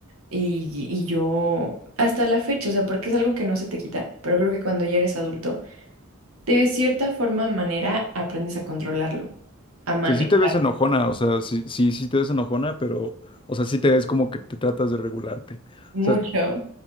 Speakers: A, on the right; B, on the left.
A: y, y yo... Hasta la fecha, o sea, porque es algo que no se te quita, pero creo que cuando ya eres adulto, de cierta forma, manera, aprendes a controlarlo, a manejar
B: que sí te ves enojona, o sea, sí, sí, sí te ves enojona, pero, o sea, sí te ves como que te tratas de regularte.
A: mucho.
B: O sea,